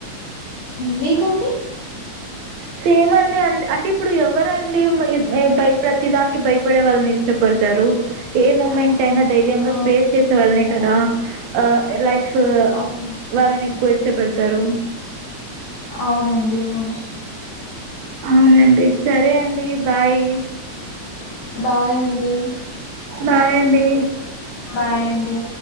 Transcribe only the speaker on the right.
సేమ్ అండి అ అంటే ఇప్పుడు ఎవరండి భయ ప్రతిదానికి భయపడే వాళ్ళని ఇష్టపడతారు ఏ మూమెంట్ అయినా ధైర్యంగా
ఫేస్ చేసే వాళ్ళనే కదా ఆ లైఫ్
వాళ్ళని ఎక్కువ ఇష్టపడతారు
అవునండి సరే అండి బాయ్
బాయ్ అండి